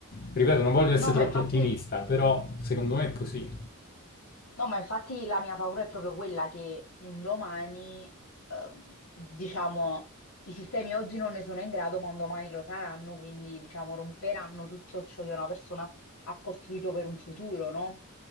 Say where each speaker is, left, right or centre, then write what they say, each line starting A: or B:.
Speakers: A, on the left; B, on the left.
A: Ripeto, non voglio essere
B: No, ma
A: troppo
B: infatti
A: ottimista, però secondo me è così.
B: No, ma infatti la mia paura è proprio quella che un domani, ehm, diciamo, i sistemi oggi non ne sono in grado, ma un domani lo saranno, quindi, diciamo, romperanno tutto ciò che una persona ha costruito per un futuro, no?